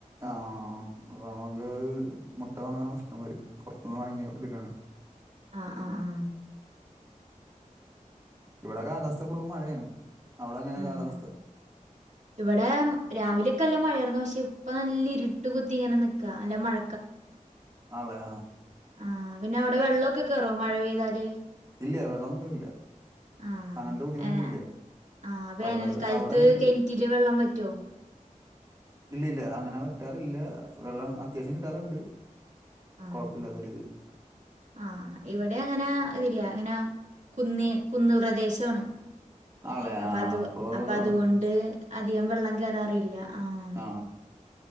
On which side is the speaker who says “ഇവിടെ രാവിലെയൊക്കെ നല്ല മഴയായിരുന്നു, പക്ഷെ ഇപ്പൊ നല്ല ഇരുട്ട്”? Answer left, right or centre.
Right